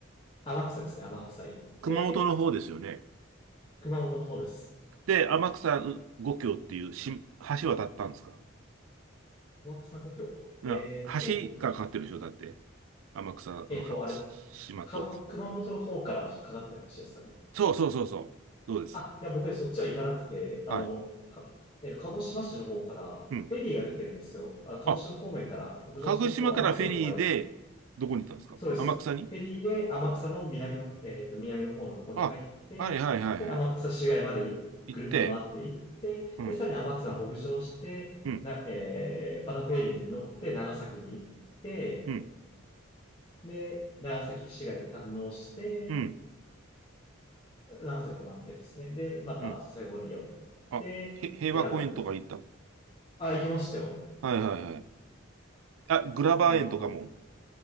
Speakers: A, on the left (about 25°); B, on the right (about 75°).
A: 天草ですね、天草行って、
B: 熊本の方ですよね。
A: 熊本の方です。
B: で、天草五橋っていうし橋渡ったんですか
A: 天草故郷。
B: いや橋がかかってるでしょだって。
A: えっと、ど
B: 天草のはし島と。
A: えっと、あれですか。か熊本の方からかかった話ですかね。
B: そうそうそうそう。そうです。
A: あ、いや、僕ね、そっちは行かなくて、あの、
B: はい。
A: か、えっと、鹿児島市の方から、
B: うん。
A: フェリーが出てるんですよ。あの、鹿児島方面から北上していくと、
B: あ、鹿児島からフェリーで、
A: 天草の方まで。
B: どこに行ったんですか天草に
A: そうです。フェリーで天草の南の、えっと、南の方の方に入って、
B: あ、はいはいはいはい。
A: で、天草市街までいぐるっと回っていって、
B: 行って、うん、
A: で、さらに天草の北上して、
B: うん、
A: な、えー、またフェリーに乗って長崎に行って、
B: うん、
A: で、長崎市街に堪能して、
B: うん、
A: 長瀬泊まってですね。で、また佐世保に寄って、
B: うん。あ、へ平和公園とか行った
A: 平戸に。あ、行きましたよ。
B: はいはいはい。あ、グラバー園とかも
A: あの、